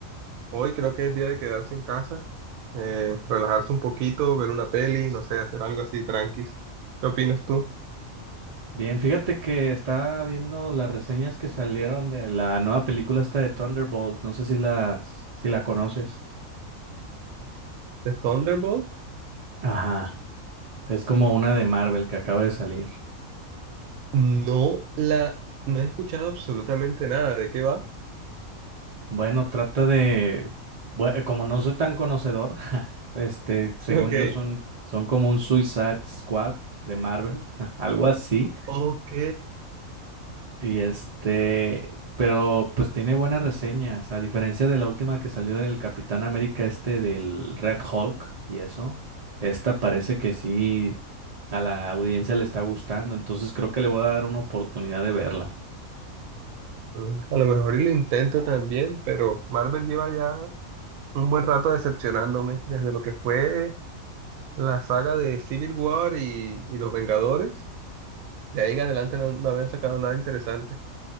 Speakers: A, on the right; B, on the right.
A: Hoy creo que es día de quedarse en casa, eh, relajarse un poquito, ver una peli, no sé, hacer algo así tranquis. ¿Qué opinas tú?
B: Bien, fíjate que estaba viendo las reseñas que salieron de la nueva película esta de Thunderbolt. No sé si las, si la conoces.
A: ¿De Thunderbolt?
B: Ajá, es como una de Marvel que acaba de salir.
A: No la, no he escuchado absolutamente nada. ¿De qué va?
B: Bueno, trata de, bue- como no soy tan conocedor, <laughs> ja, este, según
A: <laughs> Ok.
B: yo son, son como un Suicide Squad de Marvel, <laughs> algo así.
A: Ok.
B: Y este, pero pues tiene buenas reseñas, a diferencia de la última que salió del Capitán América este del Red Hulk y eso, esta parece que sí a la audiencia le está gustando, entonces creo que le voy a dar una oportunidad de verla.
A: Mm, A lo mejor y lo intento también, pero Marvel lleva ya un buen rato decepcionándome desde lo que fue la saga de Civil War y, y Los Vengadores. De ahí en adelante no, no habían sacado nada interesante.